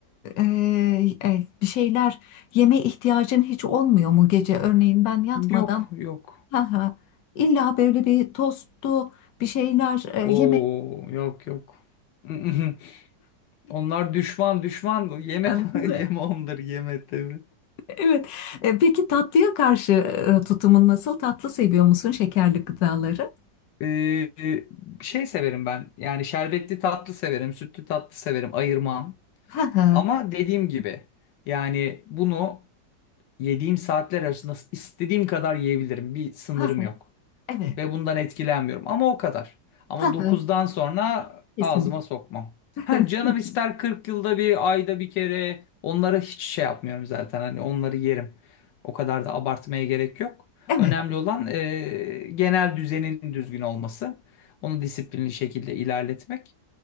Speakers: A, on the left (about 65°); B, on the left (about 80°).
A: e, e, e, bir şeyler yeme ihtiyacın hiç olmuyor mu gece? Örneğin ben yatmadan
B: Yok yok.
A: ha ha illa böyle bir tostlu bir şeyler e,
B: Oo
A: yeme.
B: yok yok. <laughs> Onlar düşman düşman yeme
A: Evet.
B: <laughs> yeme
A: <laughs>
B: onları yeme tabii.
A: Evet. E, peki tatlıya karşı e, tutumun nasıl? Tatlı seviyor musun şekerli gıdaları?
B: Ee, şey severim ben. Yani şerbetli tatlı severim, sütlü tatlı severim, ayırmam.
A: Ha ha
B: Ama dediğim gibi yani bunu yediğim saatler arasında istediğim kadar yiyebilirim. Bir sınırım
A: ha ha.
B: yok.
A: Evet.
B: Ve bundan etkilenmiyorum. Ama o kadar. Ama
A: Ha
B: dokuzdan
A: ha.
B: sonra
A: Kesinlikle.
B: ağzıma sokmam.
A: <laughs>
B: Ha canım ister 40 yılda bir, ayda bir kere. Onlara hiç şey yapmıyorum zaten. Hani onları yerim. O kadar da abartmaya gerek yok.
A: Evet.
B: Önemli olan e, genel düzenin düzgün olması. Onu disiplinli şekilde ilerletmek.